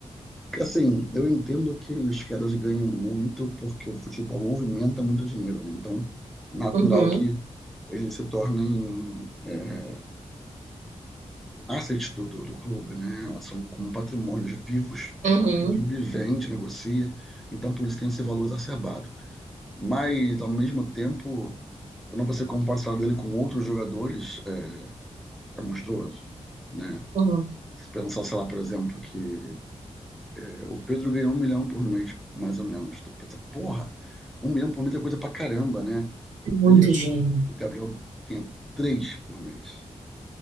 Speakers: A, in the centre; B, on the right (about 80°).
A: Porque, Assim, eu entendo que os caras ganham muito porque o futebol movimenta muito dinheiro, né? Então, natural
B: Uhum,
A: que eles se tornem é, assets do, do, do clube, né? São como patrimônios vivos
B: uhum,
A: que o clube vende, negocia. Então, por isso tem esse valor exacerbado. Mas, ao mesmo tempo, quando você compara o salário dele com outros jogadores, é, é monstruoso, né?
B: uhum.
A: Se pensar, sei lá, por exemplo, que é, o Pedro ganhou um milhão por mês, mais ou menos. Tu pensa, porra, um milhão por mês é coisa pra caramba, né?
B: Muito
A: Beleza.
B: dinheiro.
A: O Gabriel tem três por mês.